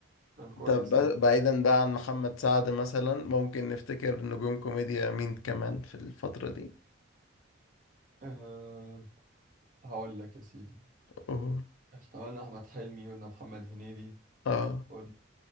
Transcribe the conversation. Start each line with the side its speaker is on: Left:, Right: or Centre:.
Right: كان كويس
Left: طب ب-
Right: يعني
Left: بعيدا بقى عن محمد سعد مثلا ممكن نفتكر نجوم كوميديا مين كمان في الفترة دي
Right: أه هقول لك يا سيدي
Left: أوه.
Right: احنا قلنا احمد حلمي قلنا محمد هنيدي
Left: اه
Right: قلنا